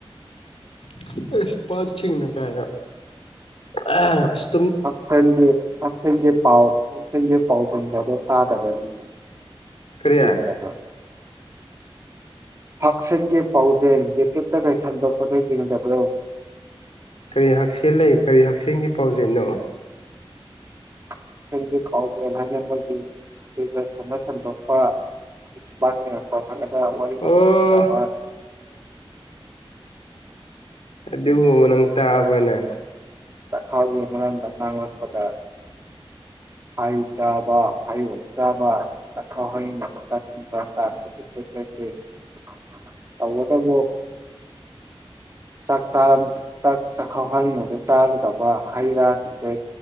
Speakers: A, on the left (about 85°); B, on the right (about 30°).
A: <unintelligible>
B: ꯍꯛꯁꯦꯜꯒꯤ ꯍꯛꯁꯦꯜꯒꯤ ꯄꯥꯎ ꯍꯛꯁꯦꯜꯒꯤ ꯄꯥꯎ ꯅꯣꯡꯒ ꯗꯣ ꯇꯥꯗꯕꯅꯤ
A: ꯀꯔꯤ
B: ꯌꯦꯡꯗꯕ꯭ꯔ ꯍꯛꯁꯦꯜꯒꯤ ꯄꯥꯎꯖꯦꯜ ꯌꯨꯇ꯭ꯌꯨꯨꯞꯇꯒ ꯁꯟꯗꯣꯛꯄꯗꯣ ꯌꯦꯡꯗꯕ꯭ꯔꯣ
A: ꯀꯔꯤ ꯍꯛꯁꯦꯜ ꯂꯩ ꯀꯔꯤ ꯍꯛꯁꯦꯜꯒꯤ ꯄꯥꯎꯖꯦꯜꯅꯣ
B: ꯍꯛꯁꯦꯜꯒꯤ ꯄꯥꯎꯖꯦꯜ ꯍꯥꯏꯅ ꯃꯣꯏꯒꯤ ꯗꯨꯔꯗꯔꯁꯟꯅ ꯁꯟꯗꯣꯛꯄ ꯑꯦꯛꯄ꯭ꯔꯁ ꯃꯌꯥꯝ ꯀꯧꯈꯛꯂꯒ ꯋꯥꯔꯤ ꯋꯥꯇꯥꯏ
A: ꯑꯣ
B: ꯁꯥꯅꯕ
A: ꯑꯗꯨꯒꯨꯝꯕ ꯅꯪ ꯇꯥꯕ꯭ꯔꯅꯦ
B: ꯆꯥꯛꯈꯥꯎ ꯒꯤ ꯃꯔꯝꯗꯥ ꯉꯥꯡꯂꯛꯄꯗ ꯍꯩ ꯆꯥꯕ ꯍꯩ ꯅꯣꯡ ꯆꯥꯕ ꯆꯥꯛꯈꯥꯎ ꯍꯥꯡꯉꯤ ꯉꯥꯏꯗ ꯆꯥꯁꯤꯟꯕ <unintelligible> ꯇꯧꯕꯇꯕꯨ ꯆꯥꯛ ꯆꯥ ꯆꯥꯛ ꯆꯥꯛꯈꯥꯎ ꯍꯥꯡꯔꯤꯉꯩꯗ ꯆꯥꯒꯦꯗꯧꯕ ꯍꯩꯔꯥ ꯁꯤꯡꯁꯦ